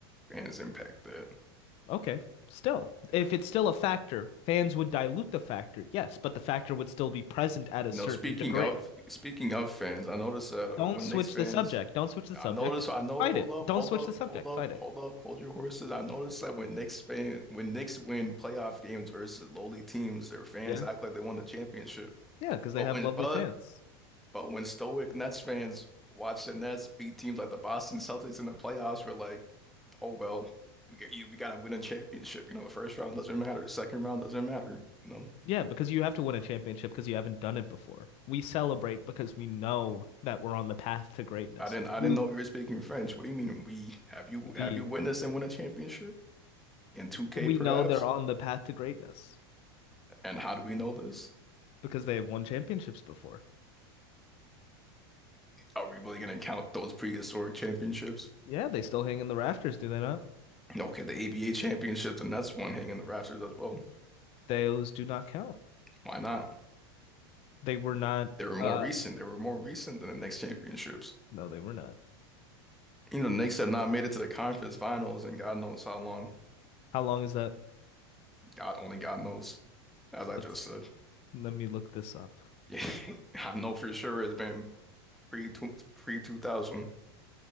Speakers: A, in the centre; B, on the left.
A: Fans impact that.
B: Okay, still. If it's still a factor, fans would dilute the factor, yes, but the factor would still be present at
A: You
B: a certain
A: know, speaking
B: degree.
A: of speaking of fans, I noticed that uh,
B: Don't
A: when
B: switch
A: Knicks fans
B: the subject. Don't switch the subject.
A: I noticed. I know.
B: Fight
A: Hold
B: it.
A: up.
B: Don't
A: Hold
B: switch
A: up.
B: the subject.
A: Hold up.
B: Fight it.
A: Hold up. Hold your horses. I noticed that when Knicks fan, when Knicks win playoff games versus lowly teams, their fans
B: Yeah.
A: act like they won the championship.
B: Yeah, because they
A: But
B: have
A: when
B: lovely
A: but
B: fans.
A: but when stoic Nets fans watch the Nets beat teams like the Boston Celtics in the playoffs, we're like, oh well, we get you. We gotta win a championship. You know, the first round doesn't matter. Second round doesn't matter. You know,
B: Yeah, because you have to win a championship because you haven't done it before. We celebrate because we know that we're on the path to greatness.
A: I didn't. I
B: You,
A: didn't know you were speaking French. What do you mean we? Have you
B: we,
A: have you witnessed and won a championship in 2K
B: we
A: perhaps?
B: know they're on the path to greatness
A: And how do we know this?
B: because they have won championships before.
A: Are we really gonna count those prehistoric championships?
B: Yeah, they still hang in the rafters, do they not?
A: No, Okay, the ABA championships, and that's one hanging in the rafters as well.
B: Those do not count.
A: Why not?
B: They were not,
A: They were more
B: uh,
A: recent. They were more recent than the Knicks championships.
B: no, they were not.
A: You know, the Knicks have not made it to the conference finals and God knows how long.
B: How long is that?
A: God only God knows, as I
B: Let's,
A: just said.
B: let me look this up.
A: Yeah, <laughs> I know for sure it's been pre pre two thousand,